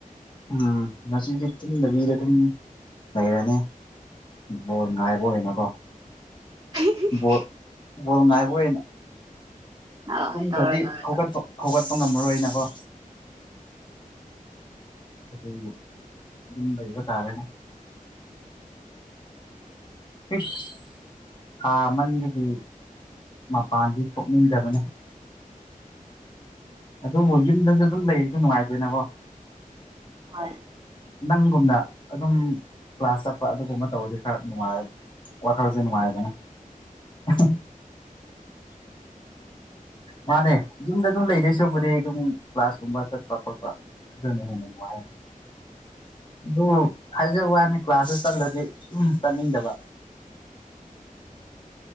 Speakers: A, on the left; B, on the right.
A: ꯎꯝ ꯉꯁꯤꯗꯤ ꯇꯨꯝꯗꯕꯤꯗ ꯑꯗꯨꯝ ꯂꯩꯔꯅꯤ ꯕꯣꯜ ꯉꯥꯏꯕ ꯑꯣꯏꯅꯀꯣ
B: ꯍꯤꯍꯤꯍꯤ
A: ꯕꯣꯜ
B: <unintelligible>
A: ꯕꯣꯜ ꯉꯥꯏꯕ ꯑꯣꯏꯅ
B: ꯍꯣꯏ
A: ꯇꯨꯝꯈ꯭ꯔꯗꯤ
B: ꯍꯣꯏ ꯇꯧꯔꯣ ꯇꯧꯔꯣ
A: ꯍꯧꯒꯠꯄ
B: ꯇꯧꯔꯣ
A: ꯍꯧꯒꯠꯄ ꯉꯝꯃꯔꯣꯏꯅꯀꯣ ꯑꯗꯨꯒꯤ ꯁꯨꯝ ꯂꯩꯕ ꯇꯥꯔꯦ ꯏꯁ ꯊꯥ ꯑꯃꯟꯗꯒꯤ ꯃꯄꯥꯟꯗꯤ ꯊꯣꯛꯅꯤꯡꯗꯕꯅꯦ ꯑꯗꯨꯕꯨ ꯌꯨꯝꯗꯁꯨ ꯑꯗꯨꯝ ꯂꯩꯕꯗꯨ ꯅꯨꯡꯉꯥꯏꯗꯦꯅꯀꯣ
B: ꯍꯣꯏ
A: ꯅꯪꯒꯨꯝꯅ ꯑꯗꯨꯝ ꯀ꯭ꯂꯥꯁ ꯆꯠꯄ ꯑꯗꯨꯒꯨꯝꯕ ꯇꯧꯔꯗꯤ ꯈꯔ ꯅꯨꯡꯉꯥꯏꯔ ꯋꯈꯜꯁꯦ ꯅꯨꯡꯉꯥꯏꯗꯅ <unintelligible> ꯃꯥꯅꯦ ꯌꯨꯝꯗ ꯑꯗꯨꯝ ꯂꯩꯗꯣꯏ ꯁꯔꯨꯛꯄꯨꯗꯤ ꯑꯗꯨꯝ ꯀ꯭ꯂꯥꯁꯀꯨꯝꯕ ꯆꯠꯄ ꯈꯣꯠꯄ ꯑꯗꯨꯅ ꯍꯦꯟꯅ ꯅꯨꯡꯉꯥꯏ ꯑꯗꯨꯝ ꯍꯥꯏꯖꯕ ꯋꯥꯅꯤ ꯀ꯭ꯂꯥꯁꯇ ꯆꯟꯂꯗꯤ ꯁꯨꯝ ꯆꯠꯅꯤꯡꯗꯕ